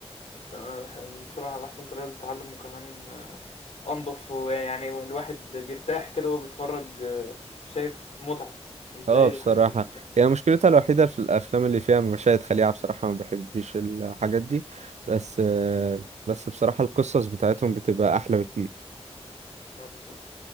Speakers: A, on the left; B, on the right.
A: تمام ح- بصراحة أحسن طريقة للتعلم وكمان آه، أنضف ويعني الواحد بيرتاح كده وهو بيتفرج آه، شايف متعة مش زي
B: اه بصراحة
A: الحاجات التانية
B: يعني مشكلتها الوحيدة في الأفلام اللي فيها مشاهد خليعة بصراحة ما بحبش الحاجات دي بس آه،
A: مش زي-
B: بس بصراحة القصص بتاعتهم بتبقى أحلى بكتير
A: اه بالظبط